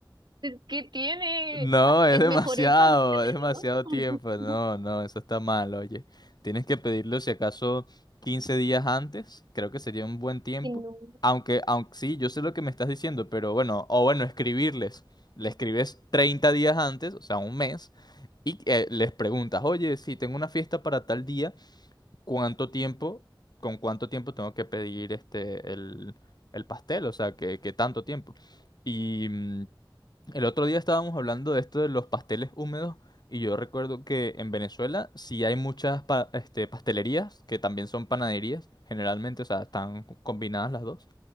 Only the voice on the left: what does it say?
No, es
demasiado,
es demasiado tiempo. No,
no, eso está mal, oye. Tienes que pedirlo si acaso 15 días antes, creo que sería un buen tiempo.
Aunque, aunque sí, yo sé lo que me estás diciendo, pero bueno, o bueno, escribirles. Le escribes 30 días antes, o sea, un mes, y eh, les preguntas, oye, si tengo una fiesta para tal día, ¿cuánto tiempo, con cuánto tiempo tengo que pedir este, el, el pastel? O sea, ¿qué, qué tanto tiempo? Y mm, el otro día estábamos hablando de esto de los pasteles húmedos y yo recuerdo que en Venezuela sí hay muchas pa- este, pastelerías que también son panaderías, generalmente, o sea, están combinadas las dos.